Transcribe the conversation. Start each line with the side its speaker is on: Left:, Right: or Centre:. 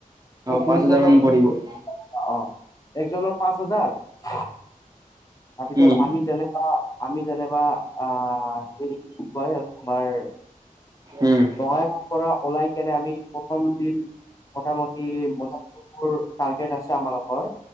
Left: অ', দুইজনৰ
Right: পাঁচ হাজাৰ মান
Left: <unintelligible>
Right: পৰিব
Left: পাচ হাজাৰকে টকা অ'। একজনৰ পাঁচ হাজাৰ, তাৰপিছত
Right: উম,
Left: আমি যেনে কা আমি যেনেবা আ, হে কি কয় তোমাৰ
Right: উম,
Left: বঙাইগাঁওৰ পৰা ওলাই কেনে আমি প্ৰথম দিন মটামটি মাজত <unintelligible> টাৰ্গেট আছে আমালোকৰ